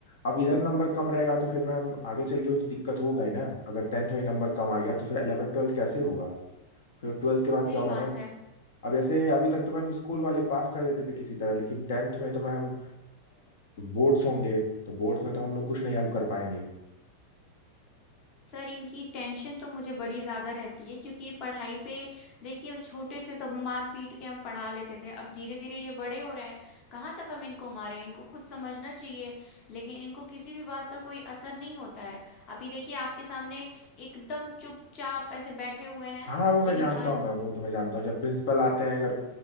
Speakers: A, on the left (about 70°); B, on the left (about 30°).
A: अब इधर नंबर कम रहेगा तो फिर मैम आगे चल के भी तो दिक्कत होगा ही ना अगर टेंथ में ही नंबर कम आ गया तो फिर 11 ट्वेल्थ कैसे होगा फिर ट्वेल्थ के बाद
B: सही
A: क्या होगा
B: बात
A: मैम
B: है
A: अब जैसे अभी तक तो मैम स्कूल वाले पास कर देते थे किसी तरह लेकिन टेंथ में तो मैम बोर्ड्स होंगे तो बोर्ड्स में तो हम लोग कुछ नहीं हेल्प कर पाएंगे
B: सर इनकी टेंशन तो मुझे बड़ी ज्यादा रहती है क्योंकि ये पढ़ाई पे देखिए छोटे थे तो हम मार पीट के हम पढ़ा लेते थे अब धीरे धीरे ये बड़े हो रहे हैं कहाँ तक हम इनको मारें इनको खुद समझना चाहिए लेकिन इनको किसी भी बात का कोई असर नहीं होता है अभी देखिए आपके सामने एकदम चुपचाप ऐसे बैठे हुए हैं
A: हाँ वो मैं
B: लेकिन
A: जानता
B: अ,
A: हूँ मैम वो तो मैं जानता हूँ जब प्रिंसिपल आते हैं अगर